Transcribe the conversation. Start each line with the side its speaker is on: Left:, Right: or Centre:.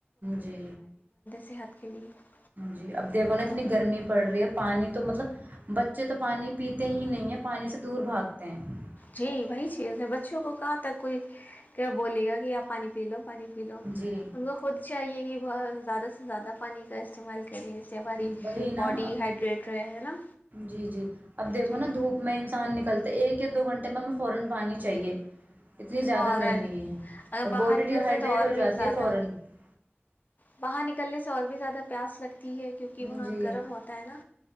Right: جی
Left: صحت کے لیے
Right: جی اب دیکھو نا اتنی
Left: تو
Right: گرمی پڑ رہی ہے پانی <unintelligible> تو مطلب بچے تو پانی پیتے ہی نہیں ہے پانی سے دور بھاگتے ہیں <unintelligible>
Left: جی وہی چیز ہے بچوں کو کہاں تک کوئی کیا بولے گا کہ آپ پانی پی لو <unintelligible> پانی پی لو
Right: جی
Left: ان کو خود چاہیے <unintelligible> یہ بت زیادہ سے زیادہ پانی کا استعمال <unintelligible> ہماری
Right: ہ وہی
Left: باڈی
Right: نا اب
Left: ہائڈریٹ رہے ہے نا
Right: جی جی اب دیکھو
Left: جی
Right: نا دھوپ میں انسان نکلتے ایک <unintelligible>
Left: فورا اگر باہر نکلتے تو اور بھی زیادہ
Right: <unintelligible> <unintelligible>
Left: باہر نکلنے سے اور بھی زیادہ پیاس لگتا ہے کیوںکہ وہاں
Right: جی
Left: گرم ہوتا ہے نا